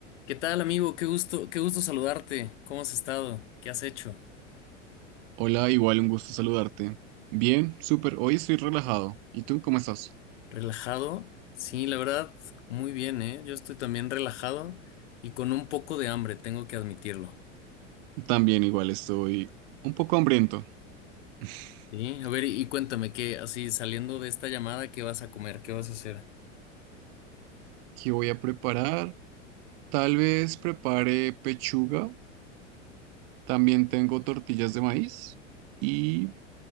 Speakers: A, on the left; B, on the right.
A: ¿Qué tal, amigo? Qué gusto, qué gusto saludarte. ¿Cómo has estado? ¿Qué has hecho?
B: Hola, igual un gusto saludarte. Bien, súper. Hoy estoy relajado. ¿Y tú cómo estás?
A: ¿Relajado? Sí, la verdad, muy bien, ¿eh? Yo estoy también relajado y con un poco de hambre, tengo que admitirlo.
B: También igual estoy un poco hambriento. <laughs>
A: Sí, a ver, y, y cuéntame qué, así saliendo de esta llamada, ¿qué vas a comer? ¿Qué vas a hacer?
B: ¿Qué voy a preparar? Tal vez prepare pechuga. También tengo tortillas de maíz y